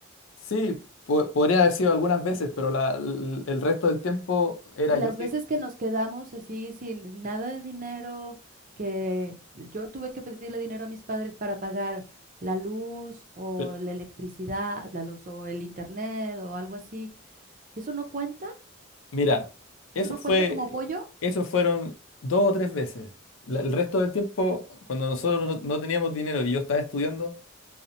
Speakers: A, on the left; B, on the right.
A: sí, po- podría haber sido algunas veces, pero la- el, el resto del tiempo era
B: Y
A: yo
B: las
A: que...
B: veces que nos quedamos así sin nada de dinero, que yo tuve que pedirle dinero a mis padres para pagar la luz o
A: pero,
B: la electricidad, la luz o el internet o algo así, ¿eso no cuenta?
A: mira, eso
B: ¿Eso no
A: fue,
B: cuenta como apoyo?
A: eso fueron dos o tres veces. La- el resto del tiempo, cuando nosotros no no teníamos dinero y yo estaba estudiando,